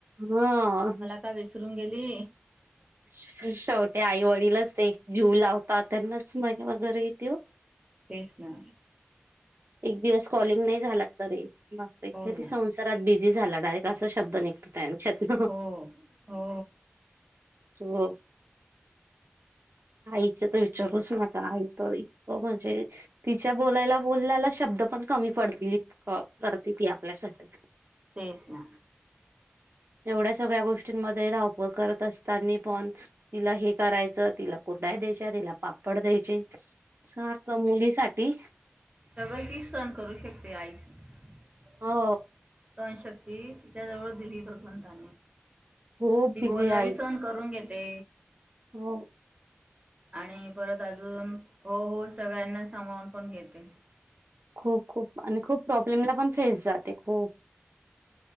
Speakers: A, on the right; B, on the right.
A: हा
B: मला का विसरून गेली
A: शेवटे आई वडीलच ते जीव लावतात त्यांनाच माया वगैरे येते
B: तेच ना
A: एक दिवस कॉलिंग नाही झाला तरी बापरे किती
B: हो ना
A: संसारात बिझी झाला डायरेक्ट असा शब्द निघताना छत्र
B: हो हो
A: हो आईच तर विचारूच नका आई तर इतकं म्हणजे तिच्या बोलायला बोलल्याला शब्द पण कमी पडतील करती ती आपल्यासाठी
B: तेच ना
A: एवढ्या सगळ्या गोष्टींमध्ये धावपळ करत असत नी पण तिला हे करायचं तिला कुर्ड्या द्यायच्या तिला पापड द्यायचे सारखं मुलीसाठी ते
B: सगळ ती सहण करू शकते आईस सहण
A: हो
B: शक्ती तिच्या जवळ दिली भगवंतांनी
A: खूप
B: ती
A: दिली
B: बोलणी
A: आईज
B: बी सहन करून घेतली ते
A: हो
B: आणि परत अजून हो हो सगळ्यांना सांभाळून पण घेते
A: खूप खूप आणि खूप प्रॉब्लेमला पण फेस जात ते खूप